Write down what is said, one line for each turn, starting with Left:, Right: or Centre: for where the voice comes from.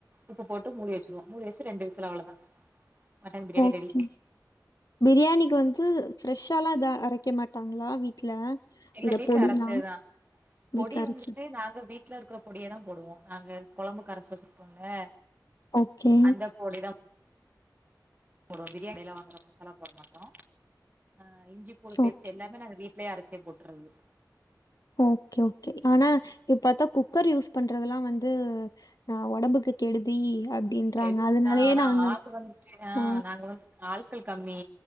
Right: உப்பு போட்டு மூடி வச்சிருவோ மூடி வேச்சு ரெண்டு விசில் அவ்ளதா மட்டன் பிரியாணி
Left: கே
Right: ரெடி
Left: பிரியாணிக்கு வந்ட்டு ஃப்ரெஷ்ஷாலா எது அரைக்க மாட்டாங்களா வீ் ட்ல
Right: இல்ல
Left: அந்த
Right: வீட்ல
Left: பொடிலா
Right: அரச்சதுதா
Left: வீட்ல
Right: பொடி
Left: அரச்சது
Right: வந்துட்டு நாங்க வீட்ல இருக்கிற பொடியதா போடுவோ நாங்க கொளம்புக்கு அரச்சு வச்சுருப்போம்ல்ல
Left: ஓகே,
Right: அந்த பொடிதா போடுவோ பிரியாணில வாங்குற மசாலா போட மாட்டோ ஆ இஞ்சி பூடு பேஸ்ட்
Left: ஓகே.
Right: எல்லாமே நாங்க வீட்லயே அர ச்சையா போட்டறது
Left: ஓகே ஓகே ஆனா இப் பாத்தா குக்கர் யூஸ் பண்றதெல்லா வந்து அஹ் ஒடம்புக்கு கெடுதி அப்டின்றாங்க.
Right: கெடுதிதா
Left: அதனாலயே
Right: ஆனா
Left: நாங்க
Right: ஆள் வந்துட்டு ஆஹ்
Left: ஆ
Right: நாங்க வந்து ஆள்கள் கம்மி